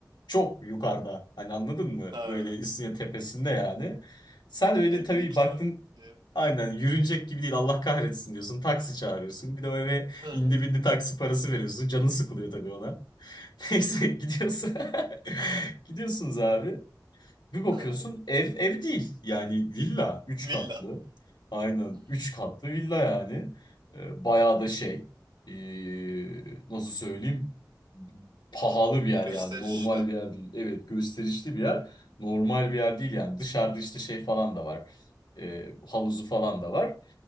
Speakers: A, on the left; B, on the right.
A: çok yukarıda. Hani anladın mı?
B: Ha.
A: Böyle İstinye tepesinde yani. Sen
B: Ha,
A: öyle
B: e
A: tabii
B: büyük
A: baktın
B: de. diye.
A: aynen yürünecek gibi değil Allah kahretsin diyorsun. Taksi çağırıyorsun. Bir de o eve
B: Hı.
A: indi bindi taksi parası veriyorsun. Canın sıkılıyor tabii ona. <laughs> Neyse gidiyorsun. <laughs> Gidiyorsunuz abi. Bir bakıyorsun
B: Hı.
A: ev ev değil. Yani villa üç
B: <laughs> Villa.
A: katlı. Aynen
B: Hmm.
A: 3 katlı villa yani. Ee, bayağı da şey ee, nasıl söyleyeyim pahalı bir yer
B: Gösterişli.
A: yani normal bir yer değil. Evet gösterişli bir yer.
B: Hmm.
A: Normal bir yer değil yani. Dışarıda işte şey falan da var. Ee, havuzu falan da var.